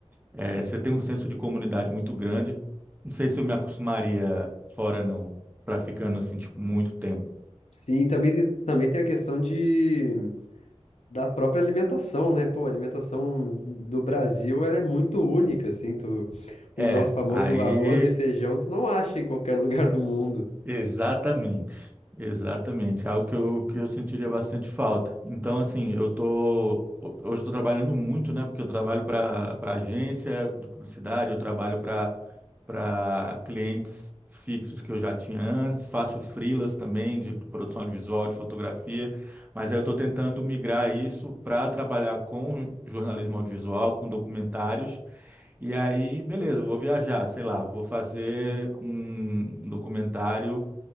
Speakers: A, on the right (about 15°); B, on the left (about 80°).
A: É, você tem um senso de comunidade muito grande. Não sei se eu me acostumaria fora, não, pra ficando assim, tipo, muito tempo.
B: Sim, e também tem, também tem a questão de, da própria alimentação, né? Pô, a alimentação do Brasil, ela é muito única, assim. Tu, o
A: É,
B: nosso famoso
A: aí.
B: arroz e feijão, tu não acha em qualquer <laughs> lugar do mundo.
A: Exatamente, exatamente. Algo que eu, que eu sentiria bastante falta. Então, assim, eu tô ho- hoje estou trabalhando muito, né? Porque eu trabalho para para agência de publicidade, eu trabalho para para clientes fixos que eu já tinha antes, faço freelas também de produção audiovisual, de fotografia, mas aí eu estou tentando migrar isso para trabalhar com jornalismo audiovisual, com documentários. E aí, beleza, eu vou viajar, sei lá, vou fazer um um documentário